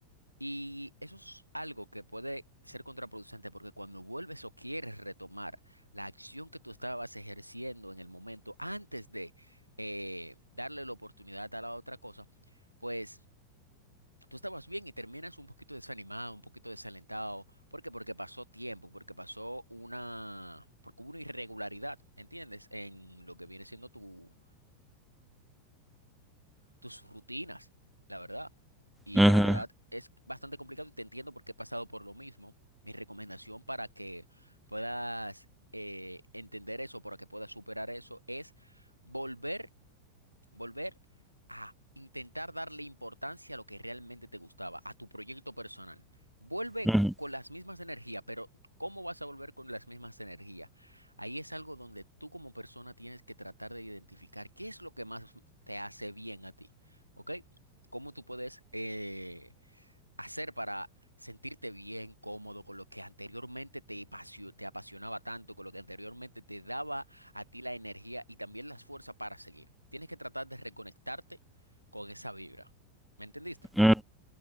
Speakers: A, on the right (about 90°); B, in the centre.
A: Y eso es algo que puede ser contraproducente porque cuando vuelves o quieres retomar la acción que tú estabas ejerciendo en el momento antes de eh, darle la oportunidad a la otra cosa, pues tú estabas bien y terminas un poquito desanimado, un poquito desalentado. ¿Por qué? Porque pasó tiempo, porque pasó una, porque hubo una irregularidad, ¿entiendes? En lo que viene siendo tu, tus rutinas, la verdad. Y
B: ujú,
A: la verdad es bastante complicado y te entiendo porque he pasado por lo mismo. Mi recomendación para que puedas eh, entender eso, para que puedas superar eso, es volver Volver a intentar darle importancia a lo que realmente te gustaba, a tu proyecto personal. Vuelve
B: ujú,
A: con las mismas energías, pero ¿cómo vas a volver con las mismas energías? Ahí es algo donde tú como persona tienes que tratar de identificar qué es lo que más te hace bien a ti, ¿ok? ¿Cómo tú puedes eh, hacer para sentirte bien, cómodo con lo que anteriormente te pasio- te apasionaba tanto, con lo que anteriormente te daba a ti la energía y también las fuerzas para seguir. Tienes que tratar de reconectarte con esa vibra. ¿Me entendiste?
B: ujú.